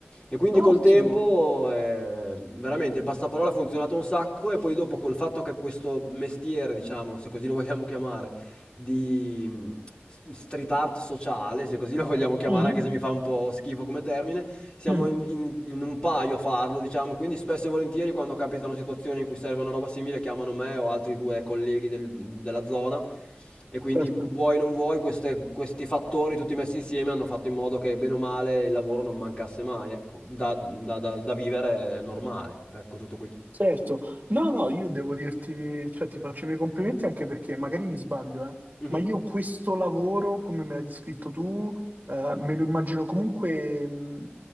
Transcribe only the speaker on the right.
Ottimo.
Mhm,
mhm,
Certo.
Certo, no, no, io devo dirti, cioè ti faccio i miei complimenti anche perché magari mi sbaglio, eh,
ma io questo lavoro, come me l'hai descritto tu, eh, me lo immagino comunque, mh,